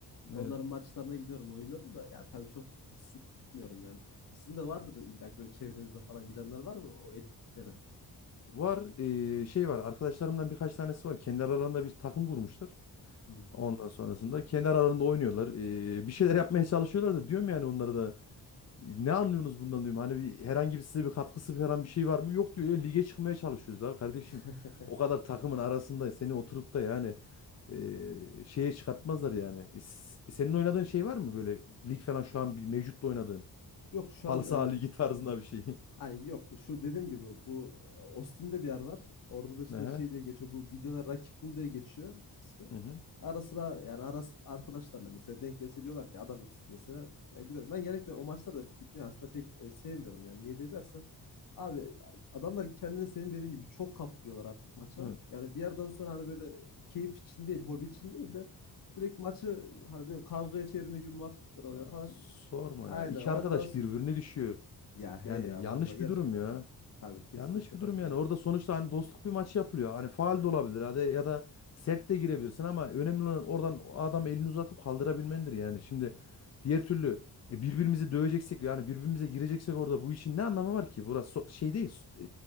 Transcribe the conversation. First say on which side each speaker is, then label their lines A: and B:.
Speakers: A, on the left (about 55°); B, on the left (about 45°).
A: Onların
B: Evet.
A: maçlarına gidiyorum, oynuyorum da yani tabii çok e, sık gitmiyorum yani. Sizin de vardır illa ki böyle çevrenizde falan gidenler var mı o etkinliklere?
B: Var eee, şey var arkadaşlarımdan birkaç tanesi var. Kendi aralarında bir takım kurmuşlar.
A: Hı.
B: Ondan sonrasında kendi aralarında oynuyorlar. Eee, bir şeyler yapmaya çalışıyorlar da diyorum yani onlara da "E, ne anlıyorsunuz bundan diyorum. Hani bir, herhangi bir size bir katkısı falan bir şey var mı? Yok diyor ya lige çıkmaya çalışıyoruz da kardeşim.
A: <laughs>
B: O kadar takımın arasında seni oturup da yani eee, şeye çıkartmazlar yani. E, s- senin oynadığın şey var mı böyle lig falan şu an bir mevcutta oynadığın?
A: Yok şu
B: Halı
A: an
B: saha
A: e,
B: ligi tarzında bir şey. <laughs>
A: Ha yok şu dediğim gibi bu e, Ostim'de bir yer var. Orada da işte
B: Aha,
A: şey diye geçiyor. Bu Milyoner Rakip Bul diye geçiyor ismi.
B: Hı
A: Ara sıra yani ara, arkadaşlarla mesela denk gelse diyorlar ki adam eksik mesela. Yani gidiyorum. Ben genellikle o maçlara da gitmeyi aslında pek e, sevmiyorum yani. Niye diye dersen abi adamlar kendini senin dediğin gibi çok kaptırıyorlar artık maça.
B: hı.
A: Yani bir yerden sonra hani böyle keyif için değil, hobi için değil de direkt maçı hani böyle kavgaya çevirme gibi muhabbetler oluyor
B: Ya
A: falan.
B: sorma
A: Aynen.
B: ya. İki
A: Ondan
B: arkadaş
A: sonra
B: birbirine düşüyor.
A: ya he
B: Yani
A: ya
B: yanlış
A: vallahi gerçekten
B: bir durum ya.
A: öyle. Tabii kesinlikle
B: Yanlış bir
A: katılıyorum.
B: durum yani. Orada sonuçta hani dostluk bir maç yapılıyor. Hani faal de olabilir hadi ya da sert de girebilirsin ama önemli olan oradan adam elini uzatıp kaldırabilmendir yani. Şimdi diğer türlü e, birbirimizi döveceksek yani birbirimize gireceksek orada bu işin ne anlamı var ki? Burası so- şey değil, e,